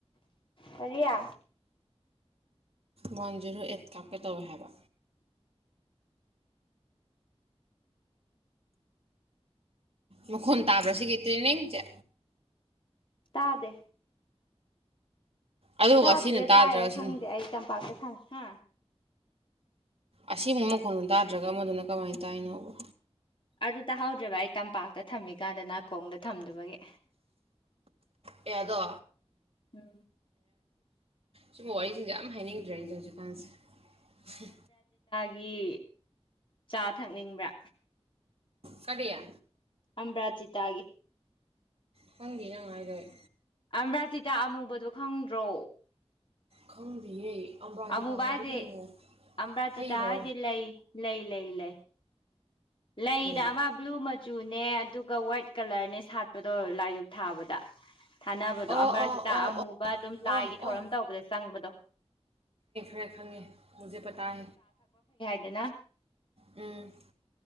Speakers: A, on the left; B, on the right.
A: ꯀꯔꯤꯌꯥ
B: ꯋꯥꯟ ꯖꯦꯔꯣ ꯑꯩꯠ ꯀꯥꯞꯀꯦ ꯇꯧꯋꯦ ꯍꯥꯏꯕ ꯃꯈꯣꯟ ꯇꯥꯕ꯭ꯔꯥ ꯁꯤꯒꯤ ꯇ꯭ꯔꯦꯅꯤꯡꯁꯦ
A: ꯇꯥꯗꯦ
B: ꯑꯗꯨꯒ
A: ꯇꯥꯗ꯭ꯔꯤꯔ
B: ꯑꯁꯤꯅ ꯇꯥꯗ꯭ꯔꯒ
A: ꯇꯥꯏꯌꯦ ꯈꯪꯗꯦ
B: ꯁꯤꯅ
A: ꯑꯩ ꯇꯝꯄꯥꯛꯇ ꯊꯝꯃꯦ ꯍꯥ
B: ꯑꯁꯤꯃꯨꯛ ꯃꯈꯣꯟꯂꯣ ꯇꯥꯗ꯭ꯔꯒ ꯑꯃꯗꯨꯅ ꯀꯃꯥꯏꯅ ꯇꯥꯏꯅꯣꯕ
A: ꯑꯗꯨ ꯇꯥꯍꯧꯗ꯭ꯔꯦꯕ ꯑꯩ ꯇꯝꯄꯥꯛꯇ ꯊꯝꯃꯤꯀꯥꯟꯗ ꯅꯥꯀꯣꯡꯗ ꯊꯝꯗꯕꯒꯤ
B: ꯑꯦꯗꯣ
A: ꯎꯝ
B: ꯁꯤꯒꯨꯝꯕ ꯋꯥꯔꯤꯁꯤꯡꯁꯦ ꯌꯥꯝ ꯍꯥꯏꯅꯤꯡꯗ꯭ꯔꯦ ꯑꯩꯁꯦ ꯍꯧꯖꯤꯛꯀꯥꯟꯁꯦ
A: ꯒꯤ ꯆꯥ ꯊꯛꯅꯤꯡꯕ꯭ꯔꯥ
B: ꯀꯔꯌꯥ
A: ꯑꯝꯕ꯭ꯔꯥꯖꯤꯇꯥꯒꯤꯦ
B: ꯈꯪꯗꯤ ꯅꯪ ꯍꯥꯏꯔꯤꯗꯣ ꯑꯩ
A: ꯑ꯭ꯔꯥꯇꯤ <unintelligible> ꯇꯥ ꯑꯃꯨꯕꯗꯨꯣ ꯈꯪꯗ꯭ꯔꯣ
B: ꯈꯪꯗꯤꯌꯦ ꯑꯝꯕ꯭ꯔꯥꯖꯤꯇꯥ
A: ꯑꯃꯨꯕꯥ
B: ꯍꯥꯏꯗꯤ
A: ꯍꯥꯏꯁꯦ
B: ꯀꯩꯅꯣ
A: ꯑ꯭ꯝꯕꯥꯖꯤꯇꯥ
B: ꯍꯩꯔꯣ
A: ꯍꯥꯏꯁꯦ ꯂꯩ ꯂꯩ ꯂꯩ ꯂꯩ ꯂꯩꯗꯕ
B: ꯂꯩ
A: ꯑꯃ ꯕ꯭ꯂꯨ ꯃꯆꯨ ꯃꯆꯨꯅꯦ ꯑꯗꯨꯒ ꯋꯥꯏꯠ ꯀꯂꯔꯅꯦ ꯁꯥꯠꯄꯗꯣ ꯂꯥꯏꯔꯨꯛ ꯊꯥꯕꯗ ꯊꯥꯅꯕꯗꯣ
B: ꯑꯣ
A: ꯑꯕꯥꯔꯖꯤꯇꯥ
B: ꯑꯣ ꯑꯣ
A: ꯑꯃꯨꯕ
B: ꯑꯣ
A: ꯑꯗꯨꯝ
B: ꯑꯣ
A: ꯂꯥꯏꯒꯤ ꯊꯧꯔꯝ
B: ꯑꯣ
A: ꯇꯧꯕꯗ ꯆꯪꯕꯗꯣ
B: ꯈꯪ ꯃꯦ <unintelligible> ꯄ
A: ꯅ <unintelligible>
B: ꯎꯝ